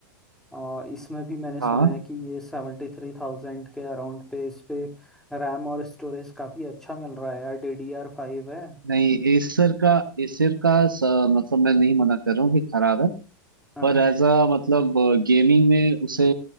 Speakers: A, in the centre; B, on the right.
A: और इसमें भी मैंने सुना
B: हाँ
A: है कि ये सेवेंटी थ्री थाउजेंड के अराउंड पे इस पे रैम और स्टोरेज काफ़ी अच्छा मिल रहा है यार डी डी आर फाइव है
B: नहीं एसर का एसर का स, मतलब मैं नहीं मना कर रहा हूँ कि खराब है
A: हाँ
B: पर एज अ मतलब गेमिंग में उसे